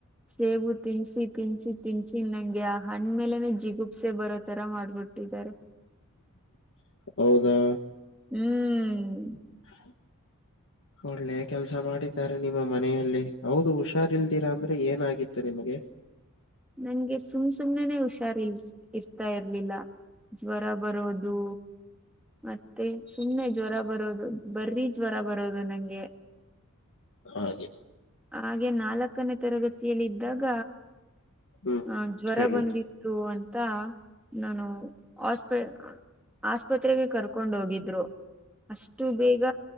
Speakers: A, in the centre; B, on the left.
A: ಸೇಬು ತಿನ್ಸಿ ತಿನ್ಸಿ ತಿನ್ಸಿ ನಂಗೆ ಆ ಹಣ್್ಮೇಲೆನೆ ಜಿಗುಪ್ಸೆ ಬರೋ ತರ ಮಾಡ್ಬಿಟ್ಟಿ ಹಾರೆ
B: <unintelligible> ಹೌದಾ
A: ಹ್ಮ್
B: <unintelligible> ಒಳ್ಳೆ ಕೆಲ್ಸ ಮಾಡಿದ್ದಾರೆ ನಿಮ್ಮ ಮನೆಯಲ್ಲಿ ಹೌದು ಹುಷಾರ್ಲ್ದಿರಾ ಅಂದ್ರೆ ಏನಾಗಿತ್ತು ನಿಮ್ಗೆ <inaudible>
A: ನನ್ಗೆ ಸುಮ್ ಸುಮ್ನೆನೆ ಹುಷಾರ್ ಇಲ್ ಇರ್ತಾ ಇರ್ಲಿಲ್ಲ ಜ್ವರ ಬರೋದು ಮತ್ತೆ ಸುಮ್ಮ್ನೆ ಜ್ವರ ಬರೋದು ಬರ್ರಿ ಜ್ವರ ಬರೋದು ನಂಗೆ
B: ಹ
A: ಹಾಗೆ ನಾಲ್ಕನೇ ತರಗತಿಯಲ್ಲ ಇದ್ದಾಗ
B: ಹ್ಮ್
A: ಆ ಜ್ವರ
B: ಹೇಳಿ
A: ಬಂದಿತ್ತು ಅಂತ ನಾನು ಆಸ್ಪೆ ಆಸ್ಪತ್ರೆಗೆ ಕರ್ಕೊಂಡ ಹೋಗಿದ್ರು ಅಷ್ಟು ಬೇಗ